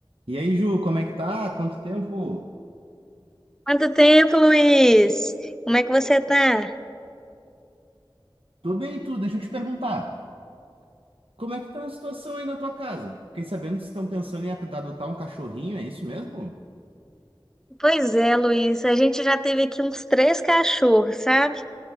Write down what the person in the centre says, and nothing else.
Quanto tempo, Luiz? Como é que você tá?
Pois é, Luiz, a gente já teve aqui uns três cachorros, sabe?